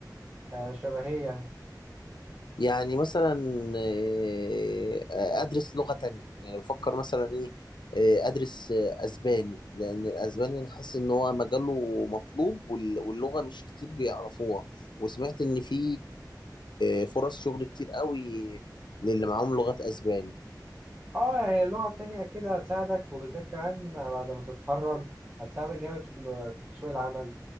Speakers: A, on the right; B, on the left.
A: <laughs> آه، شبهية
B: يعني مثلا آه، آه، ادرس لغة تانية يعني بفكر مثلا ايه آه، ادرس آه، اسباني لان الاسباني انا حاسس ان هو مجاله مطلوب وال- واللغة مش كتير بيعرفوها وسمعت ان في آه، فرص شغل كتير قوي للي معاهم لغات اسباني
A: اه يعني لغة تانية كده هتساعدك وبالذات كمان بعد ما تتخرج هتساعدك جامد في في سوق العمل